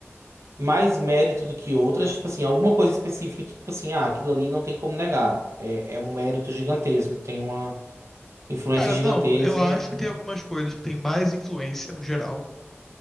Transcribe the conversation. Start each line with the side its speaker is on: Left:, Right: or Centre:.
Right: mais mérito do que outras? Tipo assim, alguma coisa específica que, tipo assim, ah, aquilo ali não tem como negar. É, é um mérito gigantesco, tem uma influência
Centre: Cara,
Right: gigantesca.
Centre: não, eu acho
Right: um,
Centre: que tem
Right: um,
Centre: algumas coisas que têm mais influência no geral,